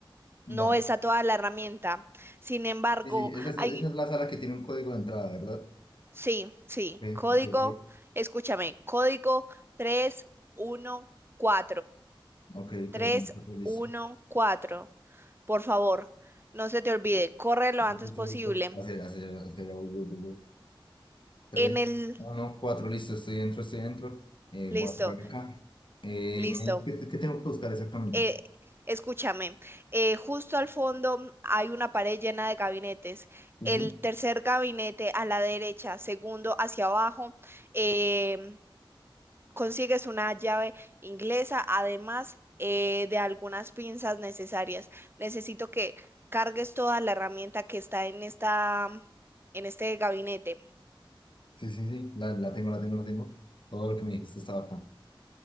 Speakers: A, on the left; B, on the right.
A: Va.
B: No está toda la herramienta. Sin embargo,
A: Sí, sí. Esa es,
B: hay,
A: esa es la sala que tiene un código de entrada, ¿verdad?
B: sí, sí,
A: Ok,
B: código,
A: ok, ok.
B: escúchame, código 314,
A: Ok,
B: 314.
A: tres minutos, pues, listo.
B: Por favor, no se te olvide, corre lo
A: Dos
B: antes
A: minutos,
B: posible.
A: listo. Hacia, hacia, hacia, voy, voy, voy, voy. Tres.
B: En el,
A: No, no, cuatro, listo. Estoy dentro, estoy dentro. Eh,
B: listo.
A: voy a entrar acá. Eh,
B: Listo.
A: me- ¿qué, qué tengo que buscar exactamente?
B: eh, escúchame, eh, justo al fondo hay una pared llena de gabinetes.
A: Sí,
B: El
A: sí.
B: tercer gabinete a la derecha, segundo hacia abajo, em, consigues una llave inglesa, además eh, de algunas pinzas necesarias. Necesito que cargues toda la herramienta que está en esta, en este gabinete.
A: Sí, sí, sí. La, la tengo, la tengo, la tengo. Todo lo que me dijiste estaba acá.